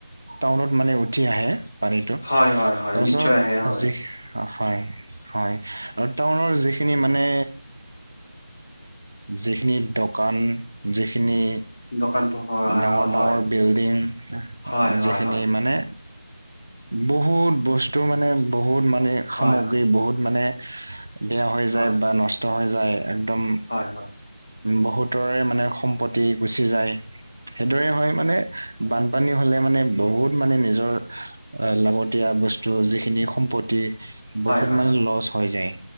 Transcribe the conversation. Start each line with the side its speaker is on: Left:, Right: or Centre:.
Right: টাউনত মানে উঠি আহে। পানীটো
Left: হয় হয় হয়
Right: তাৰপাছত
Left: নিশ্চয় আহে হয়
Right: যি, হয় হয় আৰু টাউনৰ যিখিনি মানে যিখিনি দোকান যিখিনি
Left: দোকান পোহৰ আৰু
Right: ডাঙৰ,
Left: হয়
Right: ডাঙৰ বিল্ডিং
Left: হয় হয়
Right: যিখিনি
Left: হয়
Right: মানে বহুত বস্তু মানে বহুত মানে সামগ্ৰী
Left: হয়
Right: বহুত মানে বেয়া হৈ
Left: হয়
Right: যায় বা নষ্ট হৈ যায় একদম
Left: হয় হয়
Right: বহু তৰে মানে সম্পত্তি গুচি যায় সেইদৰে হয় মানে বানপানী হ'লে মানে বহুত মানে নিজৰ লাগতিয়া বস্তু যিখিনি সম্পত্তি বহুত
Left: হয় হয়
Right: মানে লচ হৈ যায়